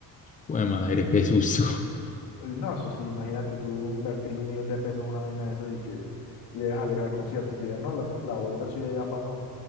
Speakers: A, on the left; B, on the left.
A: bueno, madre, qué susto.
B: Eh, No, eso sí, imagínate tú invertirle un millón de pesos en una vaina de esas y que llegues al, al concierto y te digan, no, la, tra- la boleta suya ya pasó.